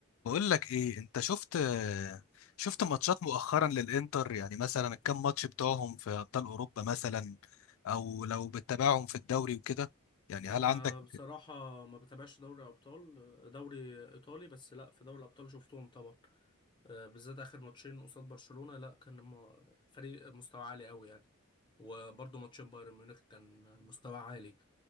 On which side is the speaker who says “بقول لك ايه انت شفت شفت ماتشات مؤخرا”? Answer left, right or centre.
Left